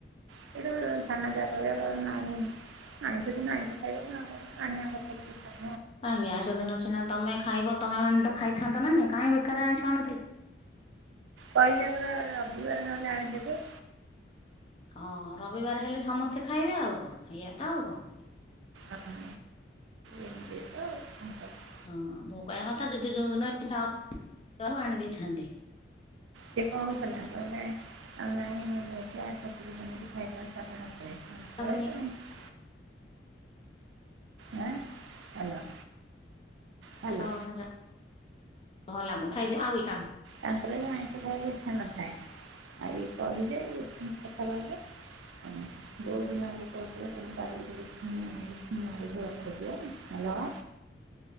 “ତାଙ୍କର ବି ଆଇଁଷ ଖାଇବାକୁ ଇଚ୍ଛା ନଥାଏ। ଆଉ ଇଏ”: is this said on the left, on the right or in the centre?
Right